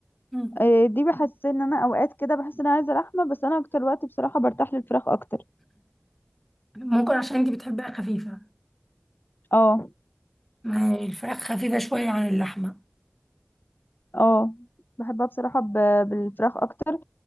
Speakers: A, in the centre; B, on the left.
A: م،
B: آه، دي بحس ان انا اوقات كده بحس ان انا عايزة لحمة بس انا اكتر وقت بصراحة برتاح للفراخ اكتر
A: ممكن عشان أنتي بتحبيها خفيفة
B: اه
A: ما هي الفراخ خفيفة شوية عن اللحمة
B: اه بحبها بصراحة ب- بالفراخ اكتر